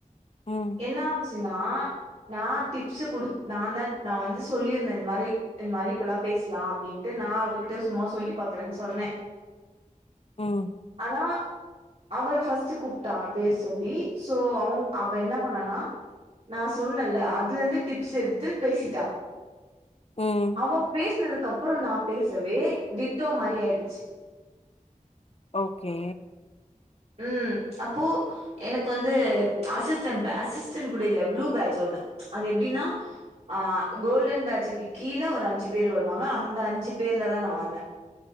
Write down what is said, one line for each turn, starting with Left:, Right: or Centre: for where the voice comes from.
Left: ம் ம்
Right: என்னாச் ச்சுனா நா டிப்ஸ் குடுத் நா தா நா வந்து சொல்லியிருந்தே இந்த மாதிரி இந்த மாதிரி இப்பல்லா பேசலா அப்படின்ட்டு நா அவகிட்ட சும்மா சொல்லி பாக்குறேன்னு சொன்னே
Left: ம்
Right: ஆனா அவள பஸ்ட் கூப்பிட்டாங்க பேர் சொல்லி சோ அவுங் அவ் நானா நா சொன்னல்ல அதுல இருந்து டிப்ஸ் எடுத்து பேசிட்டா
Left: ம்
Right: அவ பேஸ் னதுக்கு அப்புற நா பேசவே டிட்டோ மாரி ஆய்டுச்சு
Left: ஓகே
Right: ம் அப்போ எனக்கு வந்து அசிஸ்டென்ட் அசிஸ்டன் கூட இல்ல ப்ளூ பேஞ் ஒண்ணு அது எப்படின்னா அ கோல்டன் பேஞ்சுக்கு கீழ ஒரு அஞ்சு பேர் வருவாங்க அந்த அஞ்சு பேர்லதா நா வந்தேன்